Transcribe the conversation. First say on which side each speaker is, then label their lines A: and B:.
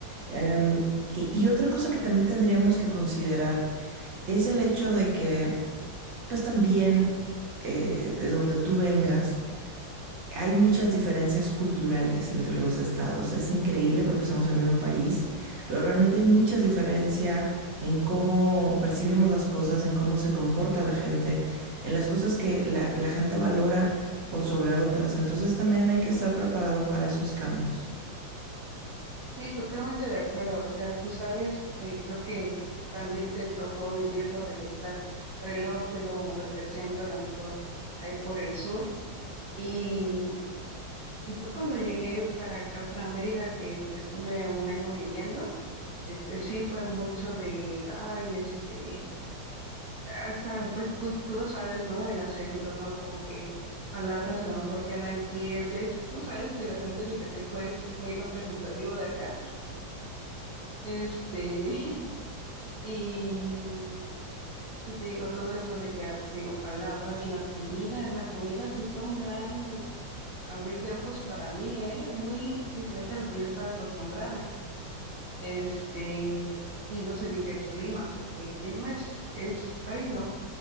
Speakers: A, on the right; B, on the right.
A: Em, y, y otra cosa que también tendríamos que considerar es el hecho de que pues también eh, de donde tú vengas, hay muchas diferencias culturales entre los estados. Es increíble porque somos el mismo país, pero realmente hay muchas diferencia en cómo percibimos las cosas, en cómo se comporta la gente, en las cosas que la, la gente valora por sobre otras. Entonces también hay que estar preparado para esos cambios.
B: sí, totalmente de acuerdo. O sea, tú sabes, eh, creo que también te tocó vivirlo de estar por el norte, luego moverte al centro, a lo mejor ahí por el sur. Y, y yo cuando llegué para acá, para Mérida, que estuve un año viviendo, este sí fue mucho de, ay, este hasta pues tú, tú lo sabes, ¿no? El acento, ¿no? Como que palabras a lo mejor que no entiendes. Tú sabes, el acento yucateco es muy representativo de acá. Este, <laughs> y, y te digo todo esto de que, ah, te digo, palabras, la comida, la comida sí fue un gran abrir de ojos para mí, ¿eh? Muy diferente a lo que yo estaba acostumbrada. Este, y no se diga el clima, porque el clima es, es, ay, no.